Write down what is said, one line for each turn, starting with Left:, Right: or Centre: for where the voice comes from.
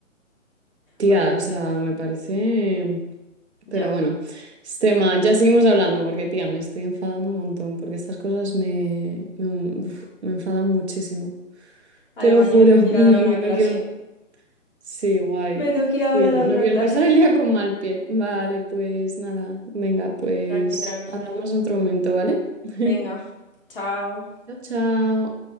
Right: Tía,
Left: o yo qué
Right: o sea,
Left: sé,
Right: me parece. Pero
Left: ya.
Right: bueno, este tema, ya seguimos hablando porque, tía, me estoy enfadando un montón porque estas cosas me, me, uf, me enfadan muchísimo.
Left: Además,
Right: Te lo juro,
Left: yo me tengo que
Right: <laughs>
Left: ir
Right: y
Left: a dar
Right: no,
Left: una
Right: que no
Left: clase.
Right: quiero. Sí, guay.
Left: Me tengo que ir ahora
Right: Sí,
Left: a
Right: no
Left: dar otra
Right: no quiero
Left: clase.
Right: empezar el día con mal pie. Vale, pues nada, venga, pues
Left: Tranqui, tranqui.
Right: hablamos en otro momento, ¿vale? <laughs>
Left: Venga, chao.
Right: Chao, chao.